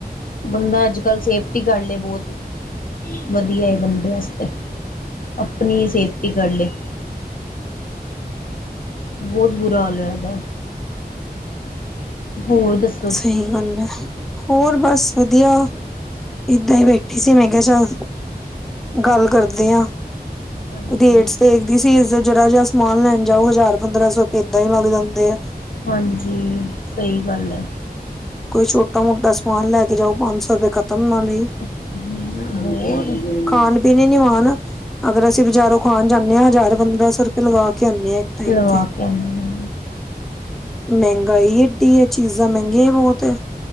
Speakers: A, on the left; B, in the centre.
A: ਬੰਦਾ ਅੱਜ-ਕੱਲ, ਸੇਫਟੀ ਕਰਲੇ ਬੌਤ ਵਧੀਆ ਏ, ਬੰਦੇ ਅਸ ਤੇ ਅਪਣੀ ਹੀ, ਸੇਫਟੀ ਕਰ ਲੇ। ਬੌਤ ਬੁਰਾ, ਹਾਲ ਹੋਯਾ ਦੈ। ਹੋਰ ਦੱਸ?
B: ਸਹੀ ਗੱਲ ਹੈ। ਹੋਰ ਬਸ ਵਧੀਆ। ਏਦਾਂ ਹੀ ਬੈਠੀ ਸੀ, ਮੈਂ ਕਿਹਾ ਚੱਲ। ਗੱਲ ਕਰਦੇ ਹਾਂ।
A: ਹਾਂਜੀ
B: ਰੇਟਸ ਦੇਖਦੀ ਸੀ, ਇਸ ਜਰਾ ਜਿਹਾ ਸਮਾਨ ਲੈਣ ਜਾਓ ਹਜ਼ਾਰ, ਪੰਦਰਾਂ ਸੌ, ਏਦਾਂ ਹੀ ਲੱਗ ਜਾਂਦੇ ਆ।
A: ਹਾਂਜੀ, ਸਹੀ ਗੱਲ ਹੈ।
B: ਕੋਈ ਛੋਟਾ- ਮੋਟਾ, ਸਮਾਨ ਲੈ ਕੇ ਜਾਓ। ਪੰਜ ਸੌ ਰੁਪਏ ਖਤਮ ਨਾਲ ਲਈ
A: <unintelligible>
B: ਖਾਣ ਪੀਣ ਹੀ ਨਿ ਮਾਣ, ਅਗਰ ਅਸੀਂ ਬਜ਼ਾਰੋਂ ਖਾਣ ਜਾਂਦੇ ਹਾਂ। ਹਜ਼ਾਰ, ਪੰਦਰਾਂ ਸੌ ਰੁਪਏ ਲਗਾ ਕੇ ਆਉਂਦੇ ਹਾਂ। ਟਾਈਮ
A: ਲਵਾ
B: ਤੇ
A: ਕੇ ਆਂਣੇ ਆ।
B: ਮਹਿੰਗਾਈ ਐਡੀ ਹੈ ਚੀਜ਼ਾਂ ਮਹਿੰਗੀਆਂ ਹੀ ਬਹੁਤ ਹੈ।